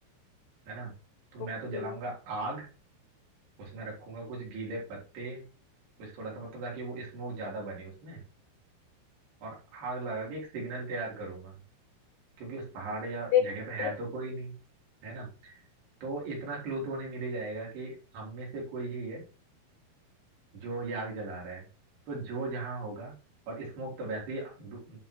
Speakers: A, on the right (about 70°); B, on the left (about 80°).
A: है ना तो मैं
B: ओके
A: तो जलाऊंगा आग उसमें रखूंगा कुछ गीले पत्ते कुछ थोड़ा सा मतलब ताकि वो स्मोक ज्यादा बने उसमें और आग लगा के एक सिग्नल तैयार करूंगा क्योंकि उस पहाड़ या
B: ले-
A: जगह पे
B: ले-
A: है तो कोई नहीं है ना तो इतना क्लू तो उन्हें मिल ही जाएगा कि हम में से कोई ही है जो ये आग जला रहा है तो जो जहाँ होगा और स्मोक तो वैसे ही दू-